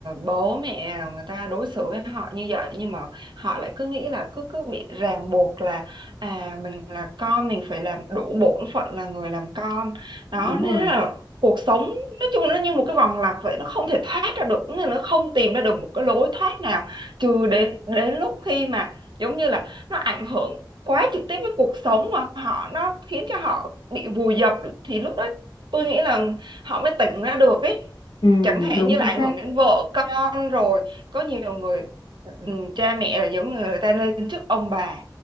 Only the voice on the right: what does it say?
bố mẹ người ta đối xử với họ như vậy nhưng mà họ lại cứ nghĩ là cứ cứ bị ràng buộc là à mình là con mình phải làm đủ bổn phận là người làm con đó
nên
là cuộc sống nói chung nó như một cái vòng lặp vậy nó không thể thoát ra được nghĩa là nó không tìm ra được một cái lối thoát nào trừ đến đến lúc khi mà giống như là nó ảnh hưởng quá trực tiếp với cuộc sống mà họ nó khiến cho họ bị vùi dập thì lúc đó tôi nghĩ là họ mới tỉnh ra được ấy
chẳng hạn
như
là ảnh
hưởng đến vợ con rồi có nhiều người ừ, cha mẹ là giống như người ta lên chức ông bà